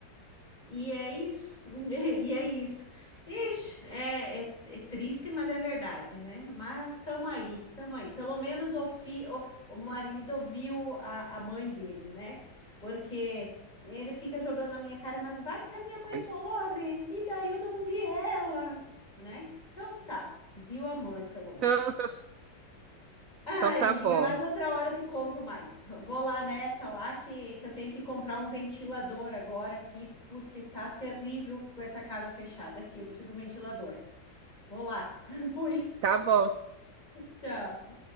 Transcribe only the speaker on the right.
<laughs>
Então
então tá
bom.
Tá bom.